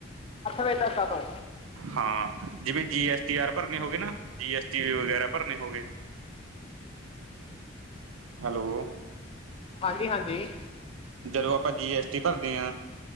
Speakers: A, on the left (about 25°); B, on the right (about 85°).
A: ਵਜੇ ਤੱਕ ਕਦੋਂ
B: ਹਾਂ, ਜਿਵੇਂ ਜੀਐਸਟੀ ਆਰ ਭਰਨੇ ਹੋ ਗੇ ਨਾ, ਜੀਐਸਟੀ ਵਗੈਰਾ ਭਰਨੇ ਹੋ ਗੇ। ਹੈਲੋ।
A: ਹਾਂਜੀ-ਹਾਂਜੀ।
B: ਜਦੋਂ ਆਪਾਂ ਜੀਐਸਟੀ ਭਰਦੇ ਆਂ